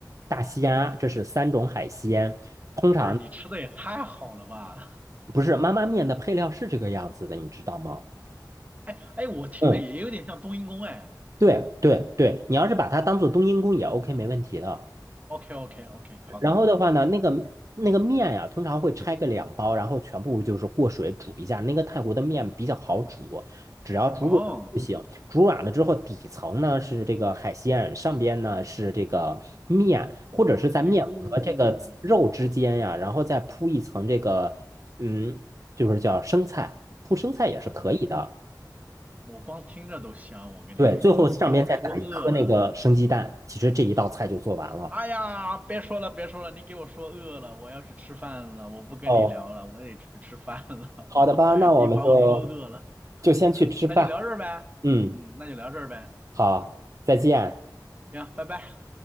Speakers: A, on the right; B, on the right.
A: 大虾，这是三种海鲜。通常
B: 不是你吃的也太好了吧？
A: 不是妈妈面的配料是这个样子的，你知道吗？
B: <laughs> 哎哎，我听着也有点像冬阴功哎。
A: 嗯，对对对，你要是把它当做冬阴功也 OK，没问题的。
B: OK OK OK，好的。
A: 然后的话呢，那个那个面呀、通常会拆个两包，然后全部就是过水煮一下。那个泰国的面比较好煮，只要煮软就行。
B: 哦，
A: 煮软了之后，底层呢是这个海鲜，上边呢是这个面，或者是在面和这个肉之间呀，
B: 哎呦，我
A: 然后再铺一层这个，嗯，就是叫生菜，铺生菜也是可以的。
B: 我光听着都香，我跟你说，
A: 对，最后上边再打一颗那个生鸡蛋，
B: 你给我说饿了。
A: 其实这一道菜就做完了。
B: 哎呀，别说了，别说了，你给我说饿了，我要去吃饭了，我不跟你聊了，
A: 哦，
B: 我得去吃饭了。<laughs>
A: 好的吧，那我们就
B: 你把我说饿了，
A: 就先去吃饭。
B: 那就聊这儿呗。
A: 嗯，
B: 嗯，那就聊这儿呗。
A: 好，再见。
B: 行，拜拜。